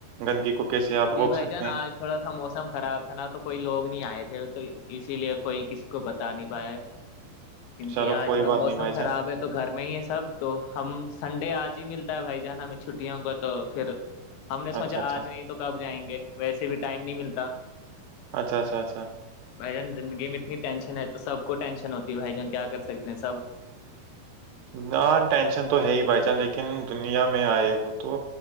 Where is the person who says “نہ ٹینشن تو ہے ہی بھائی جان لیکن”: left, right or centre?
Right